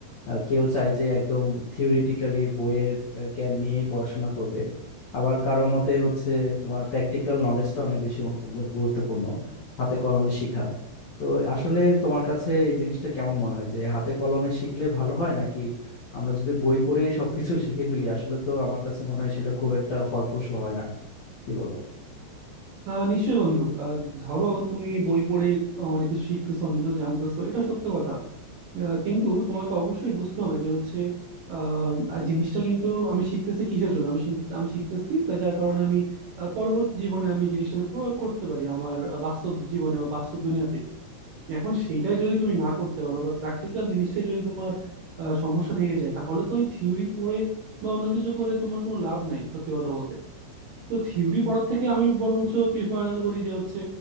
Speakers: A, on the left; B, on the right.
A: আহ, কেউ চায় যে একদম থিওরিটিক্যালি বইয়ের আহ, জ্ঞান নিয়েই পড়াশোনা করবে আবার কারো মতে হচ্ছে তোমার প্র্যাকটিক্যাল নলেজটা অনেক বেশি গু- গুরুত্বপূর্ণ হাতে কলমে শিখা তো আসলে তোমার কাছে এই জিনিসটা কেমন মনে হয় যে হাতে কলমে শিখলে ভালো হয় নাকি আমরা যদি বই পড়ে সবকিছু শিখে ফেলি আসলে তো আমার কাছে মনে হয় সেটা খুব একটা ফলপ্রসূ হয় না কি বলো
B: আহ নিশ্চয়ই বন্ধু আহ, ধরো তুমি বই পড়ে আহ, অনেক কিছু শিখতেছো অনেক কিছু জানতেছো এটা সত্য কথা আহ, কিন্তু তোমাকে অবশ্যই বুঝতে হবে যে হচ্ছে আহ, আর জিনিসটা কিন্তু আমি শিখতেছি কিসের জন্য আমি শিখ- আমি শিখতেছি কা- যার কারণে আমি আহ, পরবর্তী জীবনে আমি জিনিসটাকে প্রয়োগ করতে পারি আমার আহ, বাস্তব জীবনে বা বাস্তব দুনিয়াতে এখন সেইটাই যদি তুমি না করতে পারো বা প্র্যাকটিক্যাল জিনিসটা যদি তোমার আহ, সমস্যা থেকে যায় তাহলে তো ওই থিওরি পড়ে বা অন্য কিছু করে তোমার কোনো লাভ নাই সত্যি কথা বলতে তো থিওরি পড়ার থেকে আমি বরঞ্চ প্রিফার করি যে হচ্ছে